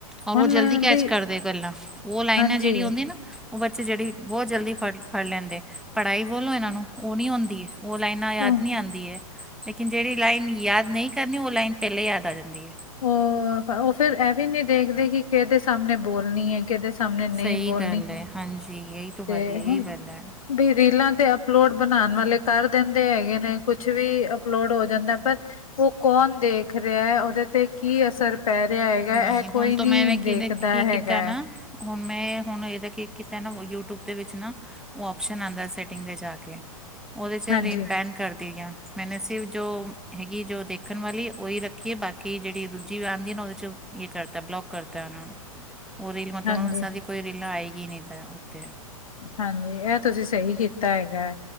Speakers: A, in the centre; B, on the left.
A: ਔਰ
B: ਹੁਣ
A: ਉਹ ਜਲਦੀ ਕੈਚ
B: ਵੀ
A: ਕਰਦੇ ਗੱਲਾਂ ਉਹ ਲਾਈਨਾਂ
B: ਹਾਂਜੀ,
A: ਜੇਹੜੀਆਂ ਹੋਂਦੀ ਏਨਾ ਓ ਬੱਚੇ ਜੇੜੀ ਬੋਤ ਜਲਦੀ ਫੜ-ਫੜ ਲੈਂਦੇ ਪੜਾਈ ਬੋਲੋ ਏਨਾਂ ਨੂੰ ਓ ਨੀ ਔਂਦੀ ਏ। ਉਹ ਲਾਈਨਾਂ ਯਾਦ
B: ਹੁਣ-ਹੁਣ
A: ਨੀ ਆਂਦੀ ਏ। ਲੇਕਿਨ ਜੇਹੜੀ ਲਾਈਨ ਯਾਦ ਨਈ ਕਰਨੀ ਉਹ ਲਾਈਨ ਪੇਹਲੇ ਯਾਦ ਆ ਜਾਂਦੀ ਏ।
B: ਉਹ ਉਹ ਫੇਰ ਇਹ ਵੀ ਨਹੀਂ ਦੇਖਦੇ ਕਿ ਕੇਹਦੇ ਸਾਹਮਨੇ ਬੋਲਨੀ ਏ। ਕਿਦੇ ਸਾਹਮਣੇ ਨਈ
A: ਸਹੀ
B: ਬੋਲਣੀ,
A: ਗੱਲ ਹੈ ਹਾਂਜੀ ਯਹੀ ਤੋਂ
B: ਤੇ
A: ਵਧੀਆ ਯਹੀ
B: ਹੁਣ
A: ਗੱਲ ਹੈ
B: ਬੀ ਰੀਲਾਂ ਤੇ ਅਪਲੋਡ ਬਣਾਣ ਵਾਲੇ ਕਰ ਦੇਂਦੇ ਹੈਗੇ ਨੇ, ਕੁਛ ਵੀ ਅਪਲੋਡ ਹੋ ਜਾਂਦਾ ਪਰ ਓ ਕੌਣ ਦੇਖ ਰਿਹਾ, ਉਹਦੇ ਤੇ ਕੀ ਅਸਰ ਪੈ ਰੇਹਾ ਹੈਗਾ
A: ਨਹੀਂ
B: ਇਹ ਕੋਈ
A: ਹੁਣ ਤੋਂ
B: ਨੀ
A: ਮੈਂ ਮੈਂ ਕਿਨੇ
B: ਦੇਖਦਾ
A: ਕੀ
B: ਹੈਗਾ।
A: ਕੀਤਾ ਨਾ ਹੁਣ ਮੈਂ ਹੁਣ ਏਹਦਾ ਕੀ ਕੀਤੇ ਨਾ ਯੂ ਟੂਬ ਦੇ ਵਿੱਚ ਨਾ ਉਹ ਆਪਸ਼ਨ ਆਂਦਾ ਸੈਟਿੰਗ ਤੇ ਜਾ ਕੇ ਉਹਦੇ 'ਚ
B: ਹਾਂਜੀ
A: ਰੀਲ ਬੈਨ ਕਰਦੀ ਆ। ਮੈਨੇ ਸਿਰਫ਼ ਜੋ ਹੈਗੀ ਜੋ ਦੇਖਣ ਵਾਲੀ ਓਈ ਰੱਖੀ ਏ ਬਾਕੀ ਜੇੜੀ ਦੂਜੀ ਵੀ ਆਂਦੀ ਨਾ ਓਦੇ ਚ ਇਹ ਕਰਤਾ ਬਲੋਕ ਕਰਤਾ ਉਹਨਾਂ ਨੂੰ, ਉਹ ਰੀਲ ਮਤਲਬ
B: ਹਾਂਜੀ
A: ਉਹ ਸਾਰੀ ਕੋਈ ਰੀਲਾਂ ਆਏਗੀ ਈ ਨਈਂ ਤਾਂ ਓਤੇ
B: ਹਾਂਜੀ ਇਹ ਤੁਸੀਂ ਸਹੀ ਕੀਤਾ ਹੈਗਾ।